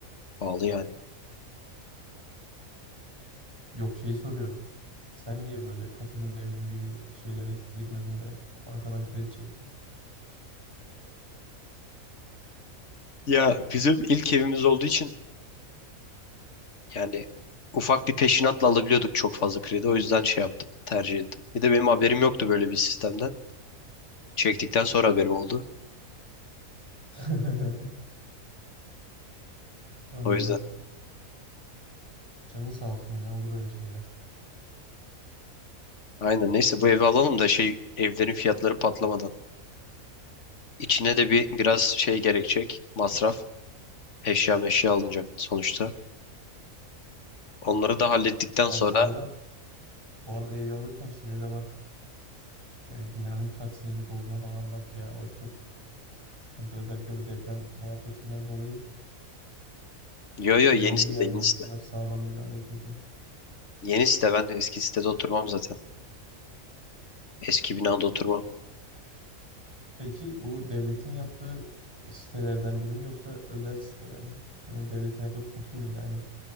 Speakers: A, on the left (about 60°); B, on the right (about 15°).
A: Pahalı yani.
B: Yok şeyi soruyorum. Sen niye böyle katılım evim gibi şeylere girmedin de bankadan kredi çektin?
A: Ya bizim ilk evimiz olduğu için yani ufak bir peşinatla alabiliyorduk çok fazla kredi. O yüzden şey yaptım, tercih ettim. Bir de benim haberim yoktu böyle bir sistemden. Çektikten sonra haberim oldu.
B: <laughs> Anladım.
A: O yüzden.
B: Canın sağ olsun ya olur öyle şeyler.
A: Aynen neyse bu evi alalım da şey evlerin fiyatları patlamadan. İçine de bir biraz şey gerekecek. Masraf. Eşya meşya alınacak sonuçta. Onları da hallettikten
B: Abi
A: sonra
B: bu arada bu arada evi alırken şeye de bak. Yani binanın kaç senelik olduğuna falan bak ya. O çok Sıkıntı özellikle bu deprem muhabbetinden dolayı
A: yo yo
B: önemli
A: yeni site
B: yani
A: yeni
B: ne
A: site.
B: kadar sağlam binada oturdun.
A: Yeni site ben eski sitede oturmam zaten. Eski binada oturmam.
B: Peki bu devletin yaptığı e, sitelerden biri mi yoksa özel siteler mi? Hani devletin yaptığı TOKİ miydi aynen.